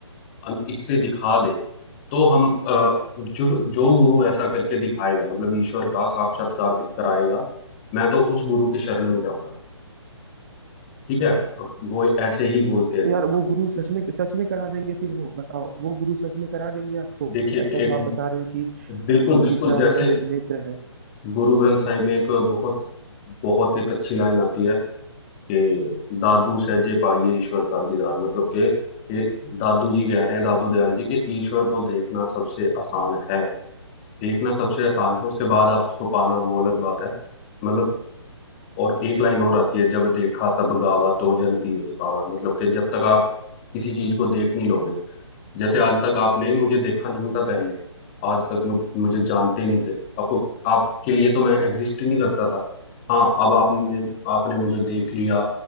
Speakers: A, on the left; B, on the right.
A: अन- इससे दिखा दे तो हम अ, जो जो गुरु ऐसा करके दिखाएगा मतलब ईश्वर का साक्षात्कार दिख- कराएगा मैं तो उस गुरु के शरण में जाऊंगा ठीक है वो ऐसे ही बोलते हैं
B: तो यार वो गुरु सच में सच में करा देंगे फिर वो बताओ वो गुरु सच में करा देंगे आपको
A: देखिए
B: ऐसा
A: एक
B: जो आप बता रहे हो कि
A: बिल्कुल
B: अ, जो
A: बिल्कुल
B: तीसरा
A: जैसे
B: हमारा ने, नेत्र है
A: गुरु ग्रंथ साहिब में एक बहुत बहुत एक अच्छी लाइन आती है कि दादू सहजे पाइए ईश्वर का दीदार मतलब कि ये दादू जी कह रहे हैं दादू दयाल जी कि ईश्वर को देखना सबसे आसान है देखना सबसे आसान है उसके बाद आप उसको पाना वो अलग बात है मतलब और एक लाइन और आती है जब देखा तब गावा तो जन तीज पावा मतलब कि जब तक आप किसी चीज को देख नहीं लोगे जैसे आज तक आपने मुझे देखा नहीं था पहले आज तक मुझ, मुझे जानते नहीं थे आपको आपके लिए तो मैं एग्जिस्ट ही नहीं करता था हाँ अब आपने आपने मुझे देख लिया